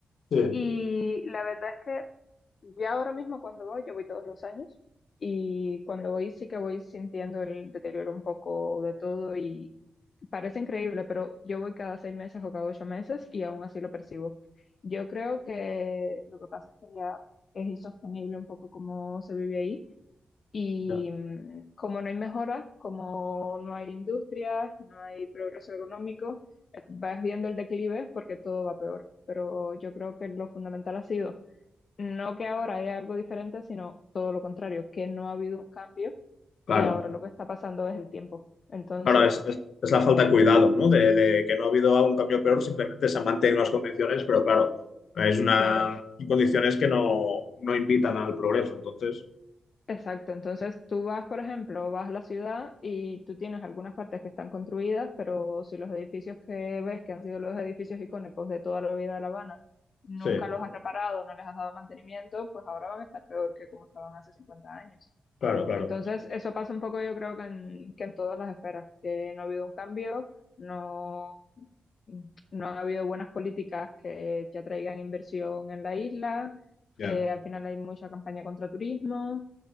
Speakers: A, on the left; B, on the left.
A: sí.
B: y la verdad es que ya ahora mismo cuando voy, yo voy todos los años y cuando voy sí que voy sintiendo el deterioro un poco de todo y, Parece increíble, pero yo voy cada seis meses o cada ocho meses y aún así lo percibo. Yo creo que lo que pasa es que ya es insostenible un poco cómo se vive ahí y
A: Ya.
B: mm, como no hay mejora, como no hay industrias no hay progreso económico, eh, vas viendo el declive porque todo va peor. Pero yo creo que lo fundamental ha sido no que ahora haya algo diferente, sino todo lo contrario, que no ha habido un cambio
A: Claro.
B: y ahora lo que está pasando es el tiempo. Entonces,
A: Ahora es, es- es la falta de cuidado, ¿no? De, de que no ha habido un cambio peor, simplemente se han mantenido las condiciones, pero claro, es una
B: claro.
A: son condiciones que no, no invitan al progreso. Entonces,
B: Exacto, entonces tú vas, por ejemplo, vas a la ciudad y tú tienes algunas partes que están construidas, pero si los edificios que ves, que han sido los edificios icónicos de toda la vida de La Habana, nunca
A: sí,
B: los has reparado, no les has dado mantenimiento, pues ahora van a estar peor que como estaban hace 50 años.
A: claro, claro.
B: Entonces, eso pasa un poco, yo creo que en, que en todas las esferas, que no ha habido un cambio, no, no ha habido buenas políticas que, que atraigan inversión en la isla,
A: Ya,
B: eh, al final hay mucha campaña contra turismo